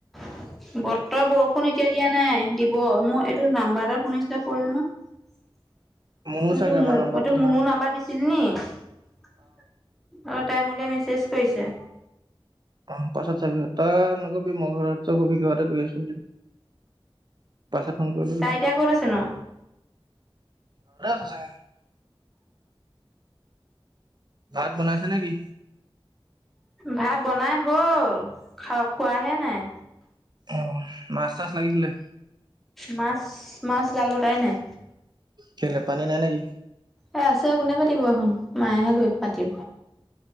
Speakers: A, in the centre; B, on the right.
A: <inaudible> বতৰ বৰষুণ এতিয়া দিয়া নাই দিব মোৰ এইটো নাম্বাৰ এটা শুনিছিলে কৰিলো নো <inaudible>
B: মোৰো
A: মই
B: চাগে
A: ত মই
B: নম্বৰ দিছিলো
A: তোক মনু নাম্বাৰ দিছিল নি অ', তাই মোলে মেছেজ কৰিছে
B: অ', পাছত চাবিটা ন কি মগ ক কা এটা ক আছি পাইছা থটো তি
A: তাই এতিয়া ক'ত আছেনো
B: বছে ভাত বনাইছে নে কি?
A: ভাত বনাই হ'ল খা খোৱাহে নাই
B: অ', মাছ তাছ লাগিছিলে
A: মাছ মাছ জাল বতাই নাই।
B: খেলিল পানী নাই নেকি
A: এ আছে কোনে পাতিব এখন মায়েহে গৈ পাতিব